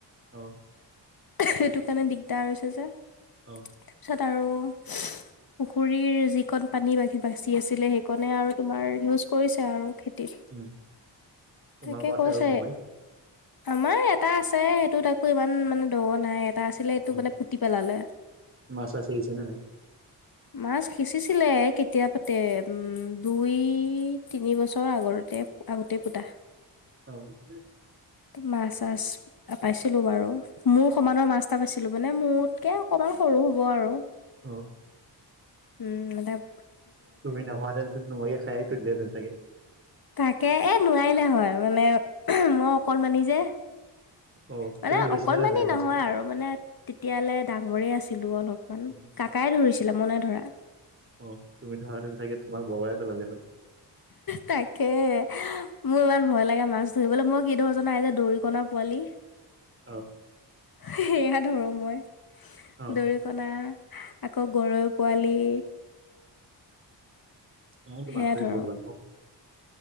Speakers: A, on the right; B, on the left.
A: অ'।
B: সেইটো কাৰণে দিগদাৰ হৈছে যে।
A: অঁ'।
B: তাপিছত আৰু- পুখুৰীৰ যি কণ পানী বা বাচি আছিলে, সেইকণে আৰু তোমাৰ ইউজ কৰিছে আৰু খেত- তিত,
A: উম তোমালোকৰ
B: তাকে
A: আছে
B: কৈছে-
A: আৰু পুখুৰী
B: আমাৰ এটা আছে সেইটোত আকৌ ইমান মানে দ নাই, এটা আছিলে সেইটো
A: অ
B: মানে পুতি পেলালে।
A: মাছ চাছ আহিছে নে নাই?
B: মাছ সিঁচিছিলে কেতিয়াবাতে উম দুই তিনি বছৰৰ আগৰতে- আগতেই পুতা।
A: অঁও এ।
B: মাছ চাছ পাইছিলো বাৰু, মোৰ সমানৰ মাছ- এটা পাইছিলো, মানে মোতকে অকমান সৰু হ'ব আৰু।
A: অঁ'।
B: উম' মানে-
A: তুমি নামা হেতেন চুন তোমাকে খাই থৈ দিলে হেতেন চাগে?
B: তাকে এ নোৱাৰিলে হয়, মানে মই অকণ মানি যে।
A: অ'
B: মানে
A: তুমি ধৰিছিলানে
B: অকণমানি
A: নাই মাছটো?
B: নহয় আৰু মানে তেতিয়ালে ডাঙৰেই আছিলো অলপমান,
A: উম,
B: কাকাই ধৰিছিলে মই নাই ধৰা।
A: অঁ তুমি ধৰা হেতেন চাগে, তোমাক বগৰাই পেলালে হয়।
B: তাকে, মোৰ ইমান ভয় লাগে মাছ ধৰিবলে, মই কি ধৰো জানা এই যে দৌৰিকণা পোৱালি। <unintelligible>
A: অ'।
B: সেয়া ধৰো মই,
A: অ
B: দৰিকনা- আকৌ গৰৈ পোৱালি-
A: মই টো
B: সেয়া
A: মাছ ধৰি
B: ধৰো
A: বহুত ভাল পাওঁ।